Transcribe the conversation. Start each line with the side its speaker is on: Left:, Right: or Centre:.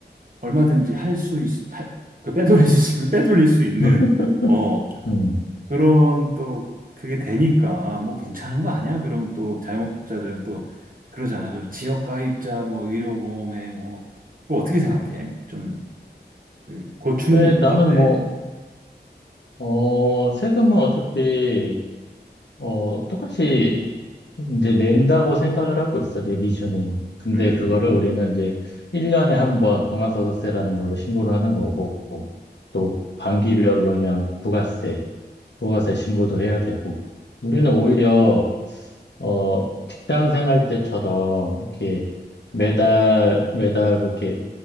Right: 얼마든지 할 수 있, 할- 그 빼돌릴 수 있으면 빼돌릴 수 있는,
Left: <laughs>
Right: 어,
Left: 음.
Right: 그런 또 그게 되니까 뭐 괜찮은 거 아니야? 그럼 또 자영업자들은 또 그러잖아. 저 지역 가입자, 뭐 의료보험에 뭐, 그거 어떻게 생각해? 좀, 그 고충이
Left: 근데 나는
Right: 어때?
Left: 뭐, 어, 세금은 어차피, 어, 똑같이 이제 낸다고 생각을 하고 있어, 내 기준에는. 근데
Right: 음,
Left: 그거를 우리는 이제 1년에 한 번 종합소득세라는 걸로 신고를 하는 거고, 또 반기별로 그냥 부가세, 부가세 신고도 해야 되고. 우리는 오히려 어 직장 생활 때처럼 이렇게 매달 매달 뭐 이렇게